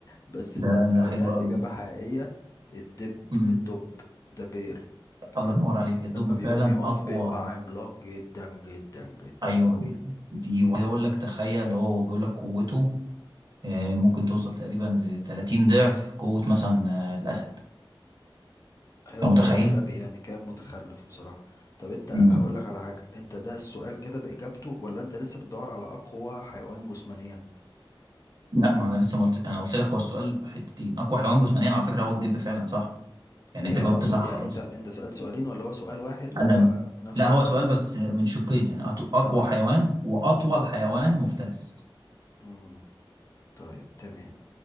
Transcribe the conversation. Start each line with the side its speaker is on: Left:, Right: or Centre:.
Left: بس استنى
Right: ده ده
Left: لو
Right: حلو
Left: انت عايز
Right: قوي
Left: اجابه
Right: ده
Left: حقيقيه الدب
Right: امم
Left: الدب ده بير
Right: الله
Left: لانه
Right: ينور عليك الدب
Left: لما بيقوم
Right: فعلا
Left: يقف
Right: اقوى
Left: بيبقى عملاق جدا جدا جدا
Right: ايوه
Left: وطويل
Right: دي وعايز اقول لك تخيل هو بيقول لك قوته آه، ممكن توصل تقريبا ل 30 ضعف قوة مثلا آه، الاسد
Left: ايوه
Right: انت متخيل
Left: كان غبي يعني كان متخلف بصراحه طب انت
Right: امم
Left: هقول لك على حاجه انت ده السؤال كده باجابته ولا انت لسه بتدور على اقوى حيوان جسمانيا
Right: لا ما انا لسه ما قلت انا قلت لك هو السؤال حتتين اقوى حيوان جسمانيا على فكرة هو الدب فعلا صح يعني
Left: ايوه
Right: انت جاوبت
Left: انا اقصد
Right: صح
Left: يعني
Right: خلاص
Left: انت انت سالت سؤالين ولا هو سؤال واحد وهو
Right: انا
Left: نفس
Right: لا هو
Left: ال...
Right: سؤال بس من شقين يعني أط- اقوى
Left: طيب
Right: حيوان واطول حيوان مفترس
Left: امم طيب تمام